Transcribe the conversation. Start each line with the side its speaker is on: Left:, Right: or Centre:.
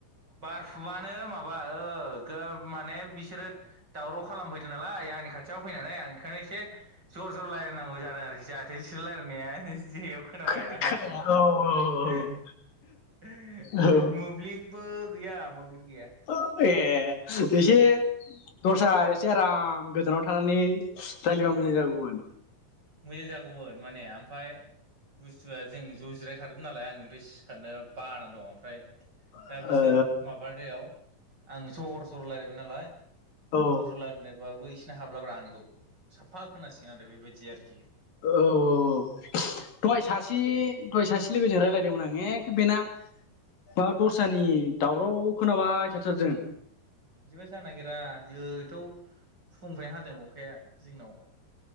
Right: बारफुबानो माबा ओ गो माने बिसोरो दावराव खालाम फैदों नालाय आंनि खाथियाव फैनानै आं ओंखायनो एसे जर जर रायलायनांगौ जादों आरोखि जाहाथे एसे लायरायनाया दि इयाव खोनाबाया
Left: खोनाया
Right: हा
Left: औ
Right: <unintelligible> <unintelligible>
Left: औ
Right: मोब्लिबबो गैया मोब्लिब गैया।
Left: औ ए एसे दस्रा एसे आराम गोजानाव थानानै जायलिबा मोजां जागौमोन।
Right: मोजां जागौमोन माने आमफाय बुस्थुआ जों ज' जिरायखादोंमोन नालाय आं ओमफ्राय सिखारनो बानानै दं ओमफ्राय दा
Left: ओ
Right: बिसोर माबानायायाव आं जर जर लायरायबाय नालाय
Left: औ
Right: जर जर लायरायनायबाबो इसोरना हाब्लाब्रा आंनिखौ साफा खोनासिगोन आरो बेबायदि आरो
Left: ओ औ औ दहाय
Right: बिदिबा
Left: सासे दहाय सासे लोगोजों रायलायदोंमोन आं एक बेना माबा दस्रानि दावराव खोनाबाय थाथारदों
Right: बिदिबा जानो नागिरा जोंथ' फुंनिफ्रायनो हादों अखाया जोंनाव।